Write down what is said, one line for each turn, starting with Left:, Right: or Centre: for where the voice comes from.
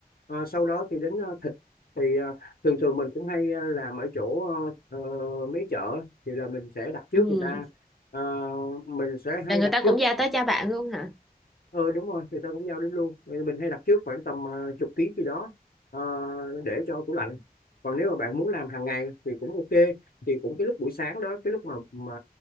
Left: Ờ, sau đó thì đến ờ, thịt thì ờ, thường thường mình cũng hay ờ, làm ở chỗ ờ, ờ, mấy chợ thì là mình sẽ đặt trước
Centre: ừ.
Left: người ta Ờ, mình sẽ hay
Centre: là người
Left: đặt
Centre: ta
Left: trước
Centre: cũng giao tới cho bạn luôn hả
Left: ờ đúng rồi người ta cũng giao đến luôn Vậy mình hay đặt trước khoảng tầm ờ, chục ký gì đó ờ, để cho tủ lạnh còn nếu mà bạn muốn làm hàng ngày thì cũng ok thì cũng cái lúc buổi sáng đó cái lúc mà mà